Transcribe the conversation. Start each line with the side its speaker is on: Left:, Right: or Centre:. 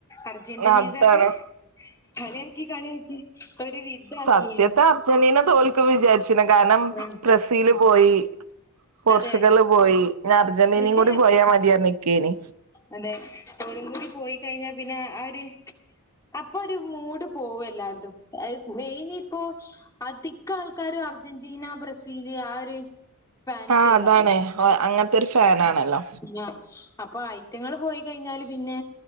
Left: അർജന്റീനക്കാര്
Right: അതാണ്
Left: കളിയാക്കി കളിയാക്കി ഒര് വിതാക്കിണ്.
Right: സത്യത്തെ അർജന്റീന തോൽക്കും വിചാരിച്ചില്ല കാരണം
Left: ആഹ്
Right: ബ്രസീല് പോയി പോർച്ചുഗല്
Left: അതെ
Right: പോയി ഇനി അർജന്റീനിം
Left: പക്ഷെ
Right: കൂടി പോയാ മതിയറഞ്ഞിക്കേനി.
Left: അതെ ഓരും കൂടി പോയി കഴിഞ്ഞാ പിന്നെ ആ ഒര് അപ്പൊരു മൂട് പോകും എല്ലാര്ത്തും. അഹ് മെയിനിപ്പോ അതി കാൾക്കാരും അർജന്റീന ബ്രസീല് ആ ഒര് ഫാൻസേക്കാരം.
Right: ആഹ് അതാണ് അങ്ങനത്തെ ഒരു ഫാനാണല്ലോ
Left: ആഹ് അപ്പൊ ആയി റ്റങ്ങള് പോയി കയിഞ്ഞാല് പിന്നെ